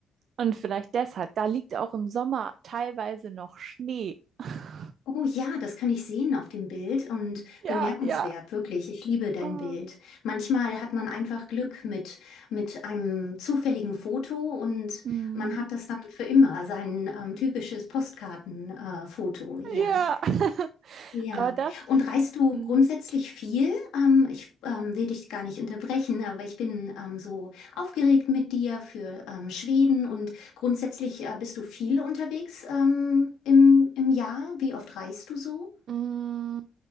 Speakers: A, on the right; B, on the left.
A: Und vielleicht deshalb, da liegt auch im Sommer teilweise noch Schnee. <laughs>
B: Oh ja, das kann ich sehen auf dem Bild und
A: Ja,
B: bemerkenswert,
A: ja.
B: wirklich. Ich liebe dein
A: Ah.
B: Bild. Manchmal hat man einfach Glück mit, mit einem zufälligen Foto und
A: Mm.
B: man hat das dann für immer, sein ähm, typisches Postkartenfoto, äh, Foto, ja.
A: Ja. <laughs>
B: Ja,
A: Aber das
B: und reist du
A: mm,
B: grundsätzlich viel? Ähm, ich ähm, will dich gar nicht unterbrechen, aber ich bin ähm, so aufgeregt mit dir für ähm, Schweden und grundsätzlich äh, bist du viel unterwegs ähm, im, im Jahr. Wie oft reist du so?
A: mm,